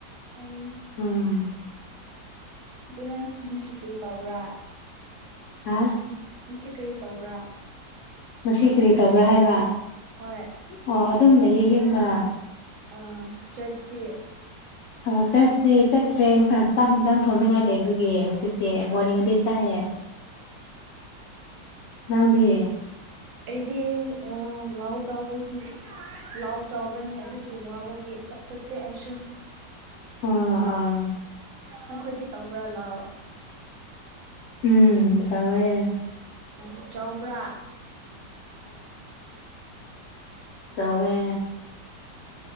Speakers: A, on the right; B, on the left.
A: ꯑꯩ
B: ꯎꯝ
A: ꯑꯗꯨ ꯅꯪ ꯉꯁꯤ ꯀꯔꯤ ꯇꯧꯕ꯭ꯔꯥ
B: ꯍꯥꯥ
A: ꯉꯁꯤ ꯀꯔꯤ ꯇꯧꯕ꯭ꯔꯥ
B: ꯉꯁꯤ ꯀꯔꯤ ꯇꯧꯕ꯭ꯔꯥ ꯍꯥꯏꯕ
A: ꯍꯣꯏ
B: ꯑ ꯑꯗꯨꯝ ꯂꯩꯌꯦ ꯌꯨꯝꯗ
A: ꯑꯥ ꯆꯔꯆꯇꯤ
B: ꯑꯥ ꯆꯔꯆꯇꯤ ꯆꯠꯇ꯭ꯔꯦ ꯆꯥꯛ ꯏꯟꯖꯥꯡ ꯊꯣꯡꯅꯤꯡꯉꯥꯏ ꯂꯩꯕꯒꯤ ꯍꯧꯖꯤꯛ ꯇꯦ
A: ꯑꯣ
B: ꯃꯣꯔꯅꯤꯡꯗꯤ ꯆꯠꯂꯦ ꯅꯪꯗꯤ
A: ꯑꯩꯗꯤ ꯑ ꯂꯥꯏ ꯇꯧꯕꯒꯤ ꯂꯥꯏ ꯇꯧ ꯃꯅꯤ ꯑꯗꯨꯒꯤ ꯋꯥꯕꯒꯤ ꯑꯃꯇ ꯆꯠꯇꯦ ꯑꯩꯁꯨ
B: ꯑꯥ ꯑꯥ
A: ꯅꯈꯣꯏꯗꯤ ꯇꯧꯕ꯭ꯔꯥ ꯂꯥꯎ
B: ꯎꯝ ꯇꯧꯋꯦ
A: ꯑ ꯆꯥꯎꯕ꯭ꯔꯥ ꯑꯥ
B: ꯆꯧꯋꯦ